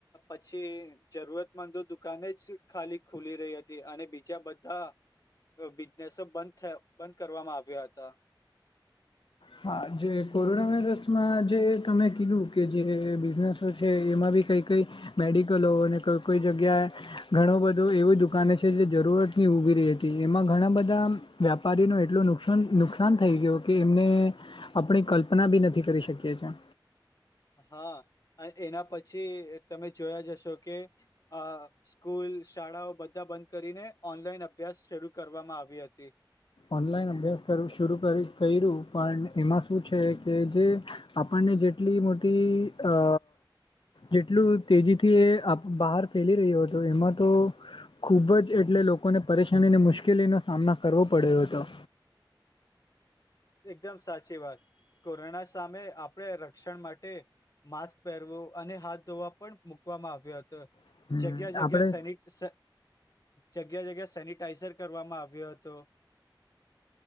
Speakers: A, on the left; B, on the left.
A: પછી જરૂરતમંદ તો દુકાને જ ખાલી ખુલી રહી હતી અને બીજા બધા બિઝનેસો બ બંધ કરવામાં આવ્યા હતા.
B: હા જે કોરોના વાયરસમાં જે તમે કીધું કે જે બિઝનેસ છે એમાં કઈ કઈ મેડિકલો અને કઈ કોઈ જગ્યાએ ઘણું બધું એવુ દુકાને છે જે જરૂર થી ઊભી રહી હતી એમાં ઘણા બધા વ્યાપારીનો એટલોું નુકસાન નુકસાન થઈ ગયો કે એમને આપણી કલ્પના બી નથી કરી શકીઅછે.
A: હા એના પછી તમે જોયા જશો કે આ સ્કૂલ શાળાઓ બધા બંધ કરીને ઓનલાઈન અભ્યાસ શરૂ કરવામાં આવી હતી.
B: ઓનલાઈન અભ્યાસ કરવુ શુરુ કર્યું પણ એમાં શું છે કે જે આપણ ને જેટલી મોટી અ જેટલું તેજીથી એ બહાર ફેલી રહ્યો હતો. એમાં તો ખૂબ જ એટલે લોકોને પરેશાની અને મુશ્કેલીનો સામનો કરવો પડ્યો હતો.
A: એકદમ સાચી વાત કોરોના સામે આપડણે રક્ષણ માટે માસ્ક પહેરવું અને હાથ ધોવા પણ મુકવામાં આવ્યો હતો.
B: હમ
A: જગ્યા જગ્યા
B: આપણે
A: સેનિટ જગ્યા જગ્યા સેનિટાઈઝર કરવામાં આવ્યો હતો.